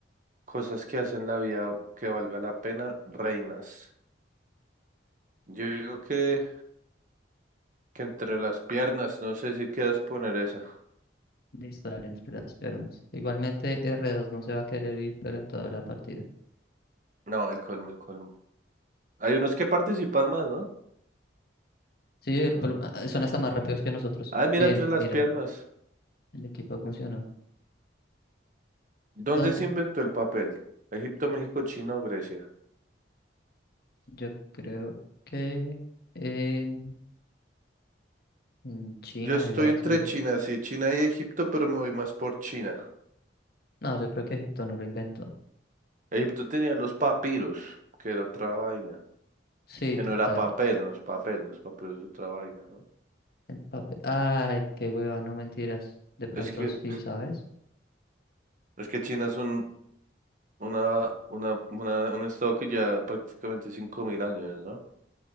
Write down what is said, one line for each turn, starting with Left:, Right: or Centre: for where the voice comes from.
Right: cosas que hacen la vida que valga la pena, reinas. Yo digo que, que entre las piernas, no sé si quieras poner esa.
Left: Listo, dale entre las piernas. Igualmente r dos no se va a querer ir, pero en toda la partida.
Right: No, el colmo, el colmo. Hay unos que participan más, ¿no?
Left: Sí,
Right: Pero...
Left: por lo ah, son hasta más rápidos que nosotros.
Right: Ay, mira,
Left: Bien,
Right: entre las
Left: mira,
Right: piernas.
Left: el equipo funcionó.
Right: ¿Dónde
Left: ¿Dónde?
Right: se inventó el papel? ¿Egipto, México, China o Grecia?
Left: Yo creo que en, en China
Right: Yo estoy
Left: debió haber
Right: entre
Left: sido.
Right: China, sí, China y Egipto, pero me voy más por China.
Left: No, yo creo que Egipto no lo inventó.
Right: Egipto tenía los papiros, que era otra vaina.
Left: Sí,
Right: Que
Left: total.
Right: no era papel, no es papel, los papeles es otra vaina, ¿no?
Left: El papel. Ay, qué hueva, no mentiras. De pronto
Right: Es que,
Left: sí, ¿sabes?
Right: es que China es un, una, una, una, un estado que ya prácticamente 5.000 años, ¿no?